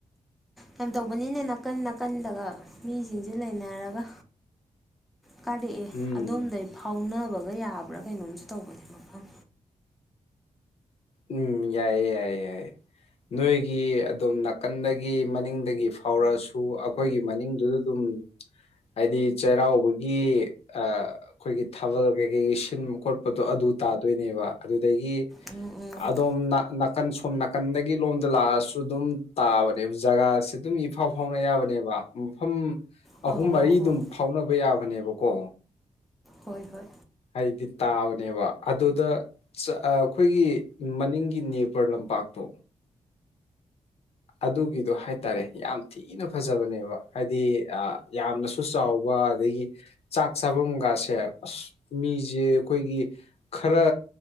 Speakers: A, in the centre; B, on the left.
A: ꯌꯥꯝ ꯇꯧꯕꯅꯤꯅꯦ ꯅꯥꯀꯟ ꯅꯥꯀꯟꯗꯒ ꯃꯤꯁꯤꯡꯁꯨ ꯂꯩꯅꯔꯒ ꯀꯥꯔꯛꯑꯦ
B: ꯎꯝ
A: ꯑꯗꯣꯝꯗꯒꯤꯩ ꯐꯥꯎꯅꯕꯒ ꯌꯥꯕ꯭ꯔꯥ ꯀꯩꯅꯣꯝꯁꯨ ꯇꯧꯕꯅꯦ ꯃꯐꯝ
B: ꯎꯝ ꯌꯥꯏꯌꯦ ꯌꯥꯏꯑꯌꯦ ꯌꯥꯏꯌꯦ ꯅꯣꯏꯒꯤ ꯑꯗꯨꯝ ꯅꯥꯀꯟꯗꯒꯤ ꯃꯅꯤꯡꯗꯒꯤ ꯐꯥꯎꯔꯛꯑꯁꯨ ꯑꯩꯈꯣꯏꯒꯤ ꯃꯅꯤꯡꯗꯨꯗ ꯑꯗꯨꯝ ꯍꯥꯏꯗꯤ ꯆꯩꯔꯥꯎꯕꯒꯤ ꯑꯩꯈꯣꯏꯒꯤ ꯊꯥꯕꯜ ꯀꯩꯀꯩꯒꯤ ꯁꯤꯟꯕ ꯈꯣꯠꯄꯗꯣ ꯑꯗꯨ ꯇꯥꯗꯣꯏꯅꯦꯕ ꯑꯗꯨꯗꯒꯤ
A: ꯎꯝ ꯎꯝ
B: ꯑꯗꯣꯝ ꯅꯥꯀꯟ ꯁꯣꯝ ꯅꯥꯀꯟꯗꯒꯤ ꯂꯣꯝꯗ ꯂꯥꯛꯑꯁꯨ ꯑꯗꯨꯝ ꯇꯥꯕꯅꯦꯕ ꯖꯒꯥꯁꯤ ꯑꯗꯨꯝ ꯏꯐꯥꯎ ꯐꯥꯎꯅ ꯌꯥꯕꯅꯦꯕ ꯃꯐꯝ
A: ꯑꯣ
B: ꯑꯍꯨꯝ ꯃꯔꯤ
A: ꯑꯣ
B: ꯑꯗꯨꯝ
A: ꯑꯣ
B: ꯐꯥꯎꯅꯕ ꯌꯥꯕꯅꯦꯕꯀꯣ
A: ꯍꯣꯏ ꯍꯣꯏ
B: ꯍꯥꯏꯗꯤ ꯇꯥꯕꯅꯦꯕ ꯑꯗꯨꯗ ꯑꯩꯈꯣꯏꯒꯤ ꯃꯅꯤꯡꯒꯤ ꯅꯅꯤꯄꯔ ꯂꯝꯄꯥꯛꯇꯣ ꯑꯗꯨꯒꯤꯗꯣ ꯍꯥꯏꯇꯥꯔꯦ ꯌꯥꯝ ꯊꯤ ꯊꯤꯅ ꯐꯖꯕꯅꯦꯕ ꯍꯥꯏꯗꯤ ꯌꯥꯝꯅꯁꯨ ꯆꯥꯎꯕ ꯑꯗꯒꯤ ꯆꯥꯛ ꯆꯥꯐꯝꯒꯥꯁꯦ ꯑꯁ ꯃꯤꯁꯦ ꯑꯩꯈꯣꯏꯒꯤ ꯈꯔ